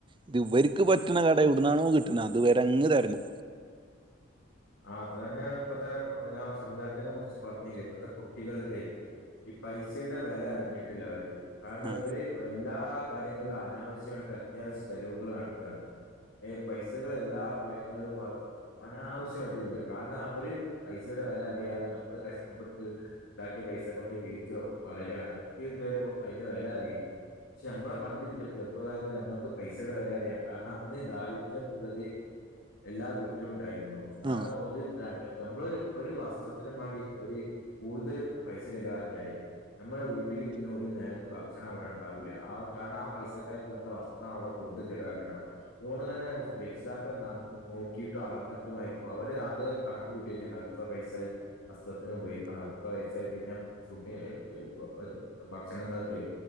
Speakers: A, on the right; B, on the left.
A: ഇത് ഇവർക്ക് പറ്റുന്ന കട ഇടുന്നാണോ കിട്ടുന്നത് അതുവരെ അങ്ങ് തെരഞ്ഞോ
B: ആ അത് ത ന്നെയാണ് ഇപ്പത്തെ ഞാൻ സമുദായത്തിനെ കുറിച്ച് പറഞ്ഞില്ല ഇപ്പത്തെ കുട്ടികൾക്കെ- ഈ പൈസയുടെ വില അറിഞ്ഞിട്ടില്ല അവര് കാരണം
A: ആ
B: ഇവര് എല്ലാ കാര്യങ്ങളിൽ അനാവശ്യമായിട്ട് അത്യാവശ്യ ചെലവുകൾ നടത്തുകയാണ് ഏ പൈസകൾ എല്ലാ കാര്യങ്ങളിലും ആകും ആനാവശ്യ ചെലവായിക്കുക കാരണം അവര് പൈസയുടെ വില അറിയാതെ നമ്മൾ കഷ്ടപ്പെട്ട് ഉണ്ടാക്കിയ പൈസ കൊണ്ട്ജീവി- വളരെയാണ് അവർക്ക് ഇതുവരെ അതിന്റെ വില അറിയില്ല പക്ഷെ നമ്മളെ പണ്ട് ചെറുപ്പകാലത്ത് നമ്മക്ക് പൈസയുടെ വില അറിയാം കാരണം അന്ന് ദാരിദ്ര്യം എന്നുള്ളത് എല്ലാ വീട്ടിലും ഉണ്ടായിരുന്നു കാരണം
A: ആ
B: ഒരുട്ട നമ്മള് ഒരു വസ്ത്രത്തിന് മാ ണ്ടി ഒരു കൂടുതൽ പൈസ ചിലവാക്കിയാല് നമ്മള വീട്ടില് പിന്നെ ഒരു നേരത്ത് ഭക്ഷണം അവിടെ ഉണ്ടാവൂല്ല കാരണം ആ പൈസ- ന വസ്ത്രം അവിടെ കൂടുതൽ ചിലവാക്കണ്ടാവും അതുകൊണ്ട് തന്നെ രക്ഷിതാക്കൾ നോക്കിയിട്ട് അള- എന്നിട്ടും മായിരിക്കും അവര് ആദ്യേ കണക്ക് കൂട്ടിയിട്ട്ണ്ടാവും ഇത്ര പൈസായി വസ്ത്രത്തിനുപയോഗിക്കണം ത്ര പൈസായി പിന്നെ ഫു <unintelligible> ഭക്ഷണങ്ങൊക്കെ